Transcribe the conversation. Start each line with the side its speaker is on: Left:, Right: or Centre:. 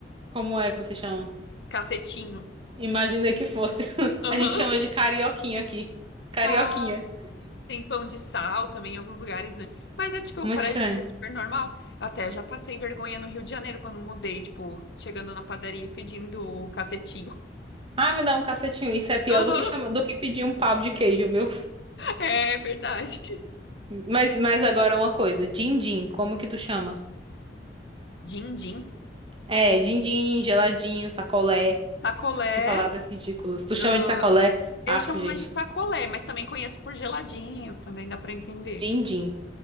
Right: Como é que você chama?
Left: Cacetinho.
Right: Imaginei que fosse. <laughs>
Left: Aham.
Right: A gente chama de carioquinha aqui. Carioquinha.
Left: Ah, tem pão de sal também em alguns lugares, né? Mas é tipo,
Right: Muito
Left: pra
Right: estranho.
Left: gente é super normal. Até já passei vergonha no Rio de Janeiro quando mudei, tipo, chegando na padaria e pedindo o cacetinho.
Right: Ai, me dá um cacetinho. Isso é pior
Left: <laughs> Aham.
Right: do que chama, do que pedir um pau de queijo, viu?
Left: É verdade.
Right: Mas, mas agora uma coisa. Din-din, como que tu chama?
Left: Din-din.
Right: É, din-din, geladinho, sacolé.
Left: Sacolé,
Right: Que palavras ridículas. Tu chama
Left: ah,
Right: de sacolé?
Left: eu
Right: Aff,
Left: chamo
Right: gente.
Left: mais de sacolé, mas também conheço por geladinho, também dá pra entender.
Right: Din-din.